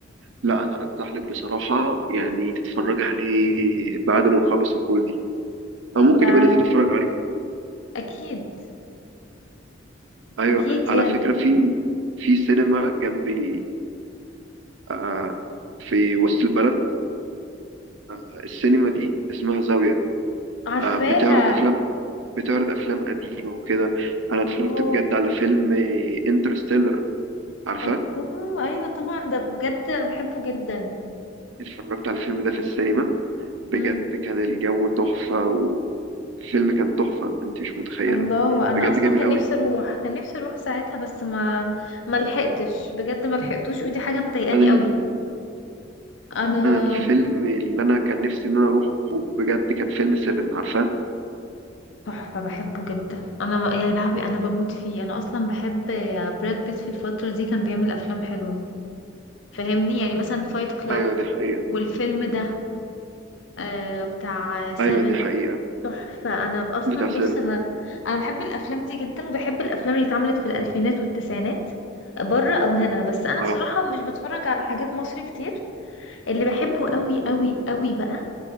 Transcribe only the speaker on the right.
لا انا ارجح لك بصراحه يعني تتفرج عليه بعد ما نخلص الكول دي او ممكن
يبقى ننزل نتفرج عليه
ايوه
على
فكره في في سينما جنبي آه في وسط البلد آه السينما دي اسمها زاويه
آه بتعرض افلام بتعرض افلام قديمه وكده انا
اتفرجت بجد على فيلم انترستيلر عارفه
اتفرجت على الفيلم ده في السينما بجد
كان الجو تحفة والفيلم كان تحفة انت مش متخيلة
بجد
جميل
قوي
انا ال...
انا الفيلم اللي انا كان نفسي ان انا اروحه بجد كان فيلم 7 عارفاه
ايوه دي حقيقة
ايوه دي حقيقة
بتاع 7
اه